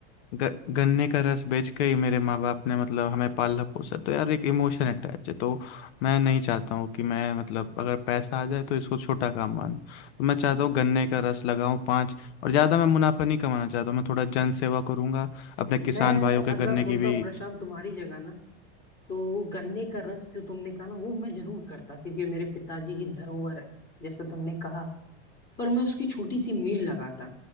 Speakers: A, on the left; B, on the left.
A: ग, गन्ने का रस बेच के ही मेरे माँ बाप ने मतलब हमें पाला पोसा तो यार एक इमोशन अटैच है तो मैं नहीं चाहता हूँ कि मैं मतलब अगर पैसा आ जाए तो इसको छोटा काम मान तो मैं चाहता हूँ गन्ने का रस लगाऊं पाँच और ज़्यादा मैं मुनाफा नहीं कमाना चाहता हूँ मैं थोड़ा जन सेवा करूंगा अपने
B: मैं
A: किसान भाइयों के
B: अगर
A: गन्ने
B: होता
A: की भी
B: प्रशांत तुम्हारी जगह ना तो गन्ने का रस जो तुमने कहा ना वो मैं जरूर करता क्योंकि ये मेरे पिताजी की धरोहर है जैसा तुमने कहा पर मैं उसकी छोटी सी मिल लगाता